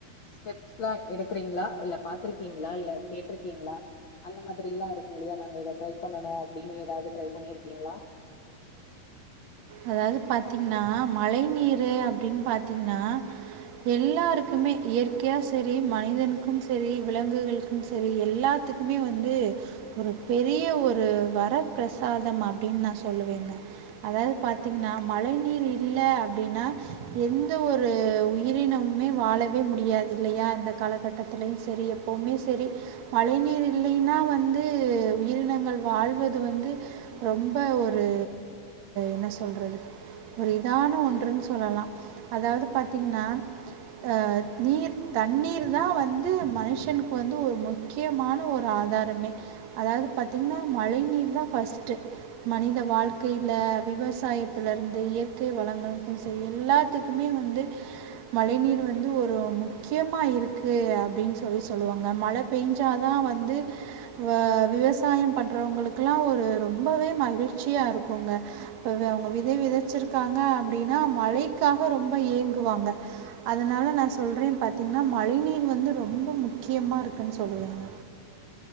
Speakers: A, on the left (about 75°); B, on the right (about 60°).
A: ஸ்டெப்ஸ்லா எடுக்குறீங்ளா இல்ல பாத்திருக்கீங்ளா இல்ல கேட்டிருக்கீங்ளா அந்த மாதிரி எல்லாம் இருக்கும் இல்லயா நாங்க இத ட்ரை பண்ணனு அப்டின் ஏதாவது ட்ரை பண்ணிருக்கீங்களா
B: அதாது பாத்தீங்கன்னா மழை நீரு அப்டின் பாத்தீங்கன்னா எல்லாருக்குமே இயற்கையா சரி மனிதனுக்கும் சரி விலங்குகளுக்கும் சரி எல்லாத்துக்குமே வந்து ஒரு பெரிய ஒரு வரப்பிரசாதம் அப்டின் நா சொ சொல்லுவேங்க அதாது பாதீங்கன்னா மழை நீர் இல்ல அப்பிடின்னா எந்த ஒரு உயிரினமுமே வாழவே முடியாது இல்லையா இந்த காலகட்டத்துலயும் சரி எப்பவுமே சரி மழை நீர் இல்லைனா வந்து உயிரினங்கள் வாழ்வது வந்து ரொம்ப ஒரு என்ன சொ சொல்ரது ஒரு இதான ஒன்றுன் சொல்லலாம் அதாது பாத்தீங்கன்னா ஆ நீர் தண்ணீர் தான் வந்து மனுஷனுக்கு வந்து ஒரு முக்கியமான ஒரு ஆதாரமே அதாது பாத்தீங்கன்னா மழை நீர் தான் பஸ்டு மனித வாழ்க்கைல விவசா விவசாயத்துல இருந்து இயற்கை வளங்கக்கும் சேரி எல்லாத்துக்குமே வந்து மழை நீர் வந்து ஒரு முக்கியமா இருக்கு அப்படின்னு சொல்லி சொல்லுவாங்க மழை பெஞ்சாதா வந்து ஆ விவசாயம் பண்றவங்களுக்கு எல்லா ஒரு ரொம்பவே மகிழ்ச்சியா இருக்குங்க இப்பவோ அவங்க விதை விதைச்சிருக்காங்க அப்படின்னா மழைக்காக ரொம்ப ஏங்குவாங்க அதனால நா சொல்றே பாத்தீங்கன்னா மழை நீர் வந்து ரொம்ப முக்கியமா இருக்குன்னு சொல்லுவேங்க